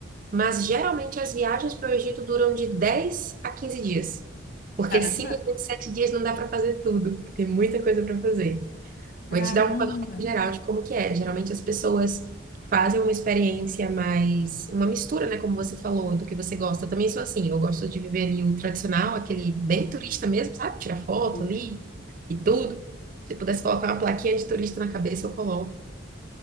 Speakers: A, on the right; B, on the left.
A: Mas, geralmente, as viagens para o Egito duram de 10 a 15 dias, porque
B: Caramba,
A: simplesmente sete dias não dá para fazer tudo, tem muita coisa para fazer.
B: caramba.
A: Vou te dar um panorama geral de como que é. Geralmente as pessoas fazem uma experiência mais, uma mistura, né, como você falou, do que você gosta. Eu também sou assim, eu gosto de viver ali o tradicional, aquele bem turista mesmo, sabe? Tirar foto
B: Hum,
A: ali e tudo. Se pudesse colocar uma plaquinha de turista na cabeça, eu coloco.